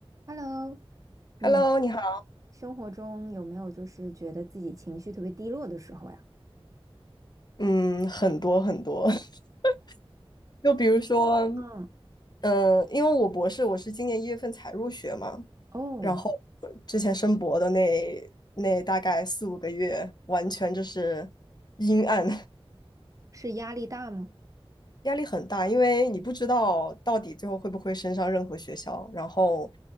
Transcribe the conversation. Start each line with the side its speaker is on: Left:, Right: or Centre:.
Right: Hello，你
Left: Hello，你好。
Right: 生活中有没有就是觉得自己情绪特别低落的时候呀？
Left: 嗯，很多很多，<laughs> 就比如说，
Right: 嗯
Left: 嗯、因为我博士我是今年一月份才入学嘛，
Right: 哦，
Left: 然后之前申博的那那大概四五个月，完全就是阴暗，
Right: 是压力大吗？
Left: 压力很大，因为你不知道到底最后会不会升上任何学校。然后，